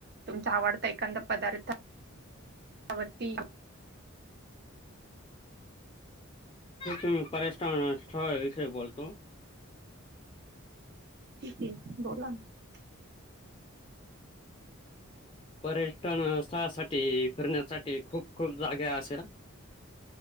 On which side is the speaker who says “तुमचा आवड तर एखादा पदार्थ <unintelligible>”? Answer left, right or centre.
Right